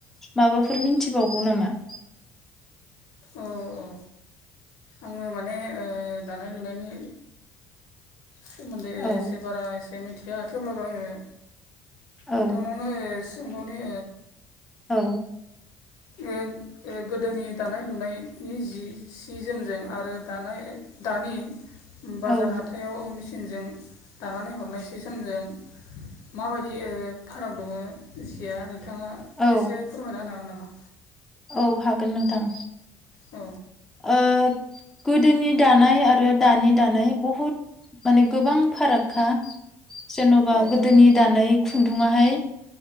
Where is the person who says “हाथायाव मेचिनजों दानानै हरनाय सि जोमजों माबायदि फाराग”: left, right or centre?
Left